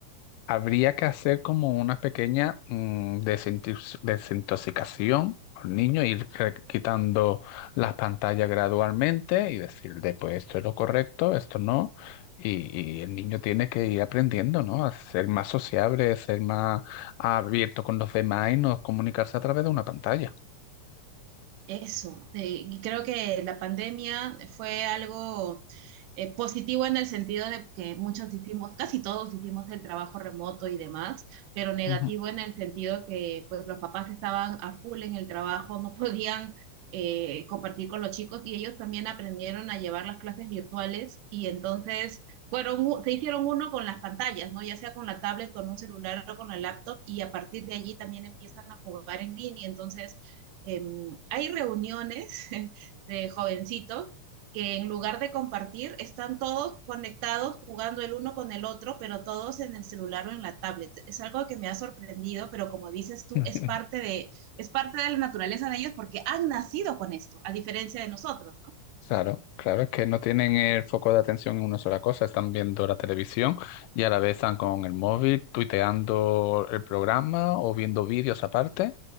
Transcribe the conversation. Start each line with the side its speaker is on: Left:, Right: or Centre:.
Left: Habría que hacer como una pequeña mm, desintox- desintoxicación al niño, ir re- quitando las pantallas gradualmente y decirle, pues esto es lo correcto, esto no. Y, y el niño tiene que ir aprendiendo, ¿no? A ser más sociable, ser más abierto con los demás y no comunicarse a través de una pantalla.
Right: Eso, eh, y creo que la pandemia fue algo eh, positivo en el sentido de que muchos hicimos, casi todos hicimos el trabajo remoto y demás, pero negativo
Left: Ujú.
Right: en el sentido que pues los papás estaban a full en el trabajo, no <laughs> podían eh, compartir con los chicos y ellos también aprendieron a llevar las clases virtuales y entonces fueron, u- se hicieron uno con las pantallas, ¿no? Ya sea con la tablet, con un celular o con la laptop y a partir de allí también empiezan a jugar en línea, entonces eh, hay reuniones <laughs> de jovencitos que en lugar de compartir están todos conectados jugando el uno con el otro, pero todos en el celular o en la tablet. Es algo que me ha sorprendido, pero como dices tú,
Left: <laughs>
Right: es parte de, es parte de la naturaleza de ellos porque han nacido con esto, a diferencia de nosotros, ¿no?
Left: Claro, claro, es que no tienen el foco de atención en una sola cosa, están viendo la televisión y a la vez están con el móvil, tuiteando el programa o viendo vídeos aparte